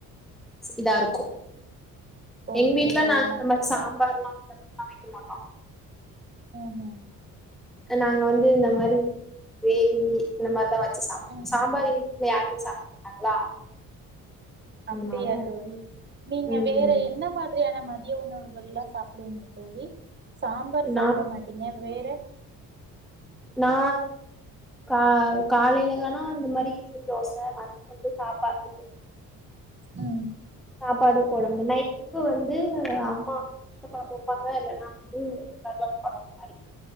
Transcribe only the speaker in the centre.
இத இருக்கு எங்க
வீட்ல
நாங்க
இந்த மாறி சாம்பார் எல்லா இந்த மாறி எல்லா வெக்க மாட்டோ
நாங்க வந்து இந்த மாறி கிரேவி இந்த மாறிதா வச்சு சாப்பிடுவோ
சாம்பார் எங்க வீட்ல யாருக் மே சாப்புட மாட்டாங்களா அதனால
ம்
நா
நா கா காலையிலதானா இந்த மாறி இட்லி தோசை மதியானதுக்கு சாப்பாடு
சாப்பாடு கொழம்பு நைட்டுக்கு வந்து அம்மா முட்டை குழம்பு வைப்பாங்க இல்லனா <unintelligible> மாறி